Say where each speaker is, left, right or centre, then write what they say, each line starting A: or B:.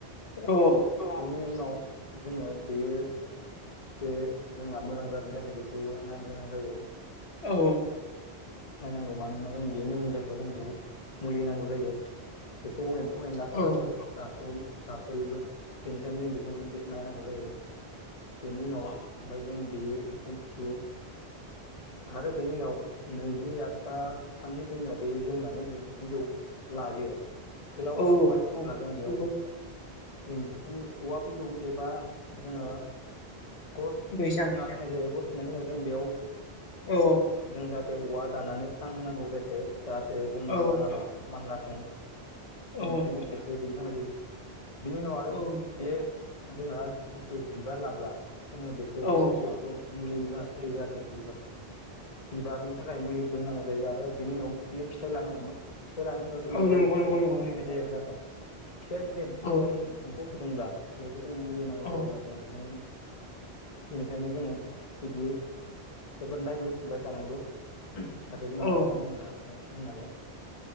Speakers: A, on the left; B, on the left.
A: औ औ
B: बिनि उनाव जोङो बेयो जे जोंहा मोजां जादों ना जायाखै बेखौबो नायनो गोनां जायो
A: औ
B: नायनांगौ मानो होनना जों बेयावनो मोजां जा एबा जों बेयाव मुलि नांगौ जायो बेखौ एम्फौ एनलाफोराबो
A: औ
B: जास' जास'योबो बेनिखायनो जों बेखौ बे नायनांगौ जायो बेनि उनाव ओमफ्राय जों बेयो जिथु आरो बेनि उनाव नैजि एबा बा थामजि दिनाव बेयो जौनानै जुदि बिजौ लायो गोलाव
A: औ
B: जाबोबाय अब्ला जों बेयाव
A: औ
B: सिंसिनि औवा बिजौ एबा जोङो गस
A: बैसां
B: थुना होनाय जायो गसथुनायनि उनाव जों बेयाव
A: औ औ
B: जों जाहाथे औवा दानानै सां होनांगौ जायो जाहाथे जोंनि
A: औ
B: राङालाव मानलाथों बेनिखायनो
A: औ
B: बेखौ बिदि खालामनाय जायो बिनि उनाव आरो
A: औ
B: बे जोंहा जिथु बिबार लाब्ला जोङो बेखौबो
A: औ
B: बेखौ मुलिनि गोनांथि जायो जाहाथे बिबार बिबारनि थाखाय मुलिबो होनांगौ जायो आरो बेनि उनाव बे फिथाइ लानो हमो फिथाइ लानायनि उनाव जों बेयाव
A: औ नंगौ
B: फिथाइनि
A: नंगौ नंगौ
B: मुलि होनाय जायो आरो जाहाथे फिथाइया जुदि <unintelligible>
A: औ
B: जों एम्फौ सोदोंब्ला बेयावबो जों मुलि नांगौ जायो
A: औ
B: जाहाथे एम्फौनि बेनिखायनो जोङो बिदियै जोबोद नायबोबाय थानांगौ जाहाथे जोंनि
A: औ
B: आबादा माव जाथों होननानै